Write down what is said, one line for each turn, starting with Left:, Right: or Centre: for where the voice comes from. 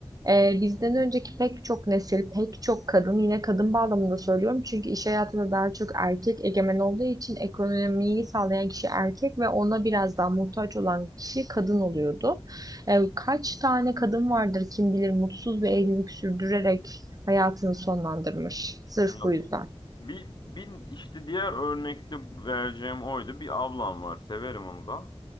Right: e, bizden önceki pek çok nesil pek çok kadın yine kadın bağlamında söylüyorum çünkü iş hayatında daha çok erkek egemen olduğu için ekonomiyi sağlayan kişi erkek ve ona biraz daha muhtaç olan kişi kadın oluyordu. E, kaç tane kadın vardır kim bilir mutsuz bir evlilik sürdürerek hayatını sonlandırmış sırf
Left: Ya
Right: bu yüzden.
Left: bir, bir işte diğer örnekte vereceğim oydu. Bir ablam var. Severim onu da.